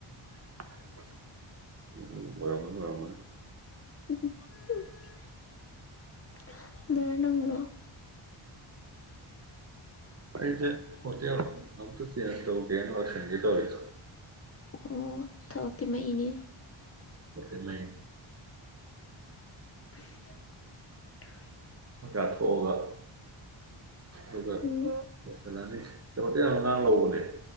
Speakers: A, on the right; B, on the left.
A: <unintelligible>
B: <inaudible> ꯅꯪꯕꯨ
A: ꯑꯩꯗꯤ <unintelligible> ꯆꯦ ꯀꯩꯅꯣ ꯇꯥꯌꯥꯏꯃꯥ ꯂꯥꯛꯑ ꯁꯅꯒꯦ ꯇꯧꯕꯅꯦ
B: ꯑꯣ ꯊꯕꯛꯇꯤꯃꯩꯅꯦ
A: ꯎꯝ ꯃꯥꯟꯅꯦ
B: <inaudible>
A: ꯆꯥ ꯊꯣꯛꯑꯒ ꯑꯗꯨꯒ
B: ꯎꯝ
A: ꯋ꯭ꯁꯀꯥ ꯅꯥꯒꯩ ꯁꯤ ꯍꯣꯇꯦꯜ ꯑꯉꯥꯡ ꯂꯧꯕꯅꯦ